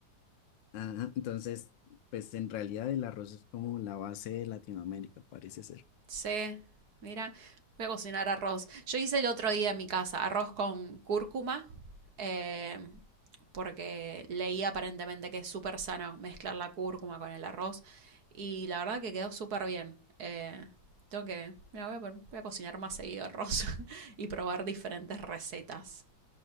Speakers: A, on the left; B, on the right.
A: Ajá, entonces, pues en realidad el arroz es como la base de Latinoamérica, parece ser.
B: Sí, mira, voy a cocinar arroz. Yo hice el otro día en mi casa arroz con cúrcuma, eh, porque leí aparentemente que es súper sano mezclar la cúrcuma con el arroz. Y la verdad que quedó súper bien. Eh, tengo que, mira, voy a, pon- voy a cocinar más seguido arroz <laughs> y probar diferentes recetas.